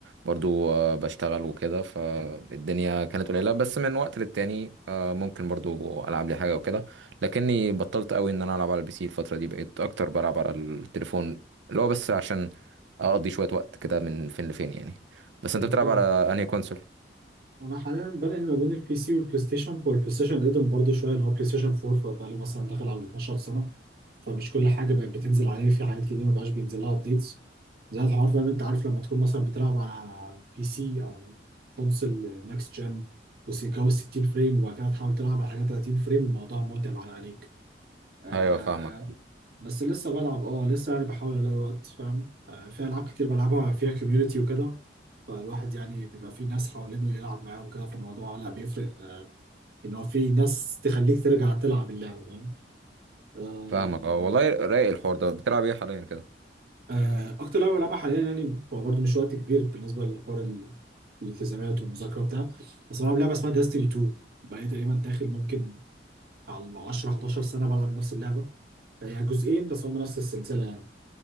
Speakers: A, on the right; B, on the right.
A: برضو آه، بشتغل وكده فالدنيا كانت قليلة بس من وقت للتاني آه، ممكن برضو ألعب لي حاجة وكده لكني بطلت قوي إن أنا ألعب على البي سي الفترة دي بقيت أكتر بلعب على التليفون اللي هو بس عشان أقضي شوية وقت كده من فين لفين يعني بس
B: طب
A: أنت بتلعب
B: انت
A: على أنهي كونسول؟
B: انا حاليا بنقل ما بين البي سي والبلاي ستيشن هو البلاي ستيشن قدم برضه شويه اللي هو بلاي ستيشن 4 فبقى له مثلا داخل على 12 سنه فمش كل حاجه بقت بتنزل عليه في حاجات كتير ما بقاش بينزل لها ابديتس زي الحوار فاهم انت عارف لما تكون مثلا بتلعب على بي سي او كونسل نكست جن وجو 60 فريم وبعد كده تحاول تلعب على حاجه 30 فريم الموضوع متعب على عينيك آه
A: أيوه فاهمك
B: بس لسه بلعب اه لسه يعني بحاول الاقي وقت فاهم آه في العاب كتير بلعبها فيها كوميونتي وكده فالواحد يعني بيبقى في ناس حوالينه يلعب معاهم وكده فالموضوع لا بيفرق آه، ان هو في ناس تخليك ترجع تلعب اللعبه فاهم آه
A: فاهمك أه والله رايق الحوار ده بتلعب إيه حاليا كده؟
B: آه اكتر لعبه بلعبها حاليا يعني هو برضه مش وقت كبير بالنسبه لحوار ال- الالتزامات والمذاكره وبتاع بس بلعب لعبه اسمها داستني 2 بقالي تقريبا داخل ممكن على 10 11 سنه بلعب نفس اللعبه هي جزئين بس هم نفس السلسله يعني.